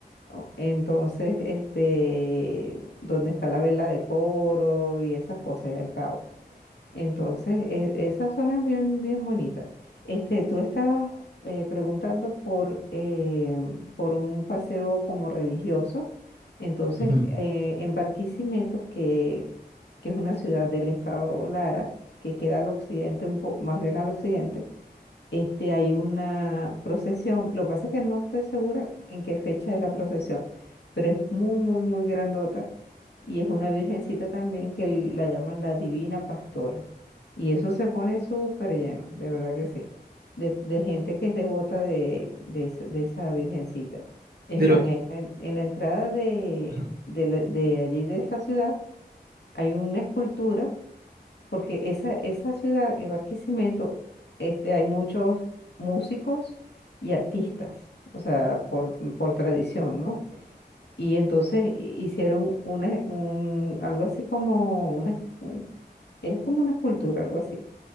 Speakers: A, on the left; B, on the right.
A: O- Entonces, este, donde está la vela de coro y esas cosas y al cabo. Entonces, e- esa zona es bien, bien bonita. Este, tú estabas eh, preguntando por, eh, por un paseo como religioso. Entonces,
B: Ujú.
A: eh, en Barquisimeto, que, que es una ciudad del estado Lara, que queda al occidente, un po- más bien al occidente, este, hay una procesión. Lo que pasa es que no estoy segura en qué fecha es la procesión, pero es muy, muy, muy grandota y es una virgencita también que la llaman la Divina Pastora. Y eso se pone súper lleno, de verdad que sí, de, de gente que es devota de, de, esa de esa virgencita. Es
B: Pero
A: más, en, en- en la entrada de,
B: Ajá.
A: de, la- de allí, de esa ciudad, hay una escultura, porque esa, esa ciudad, en Barquisimeto, este, hay muchos músicos y artistas, o sea, por, por tradición, ¿no? Y entonces hicieron una, un, algo así como una, un- es como una escultura, algo así,